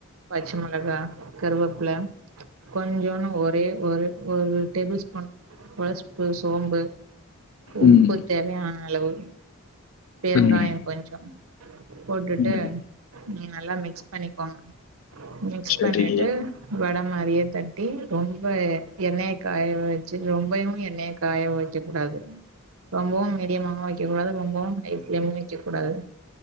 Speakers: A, on the right; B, on the left.
A: பச்ச மெளகா கருவப்பில. கொஞ்சோனு ஒரே ஒரு ஒரு டேபிள் ஸ்பூன் வஸ்பூ சோம்பு உப்பு
B: ம்
A: தேவயான அளவு பெருங்காயம்
B: ம்
A: கொஞ்சம் போட்டுட்டு
B: ம் ம்
A: ம் நல்லா மிக்ஸ் பண்ணிக்கோங்க மிக்ஸ்
B: சரி,
A: பண்ணிட்டு வட மாரியே தட்டி ரொம்ப எண்ணெய காய வச்சு ரொம்பயூ எண்ணெய காயவைக்க கூடாது ரொம்பவூ மீடியமாவு வை கிதுவாது ரொம்பவூ ஹை ஃபிளேம்ல வைக்ககூடாது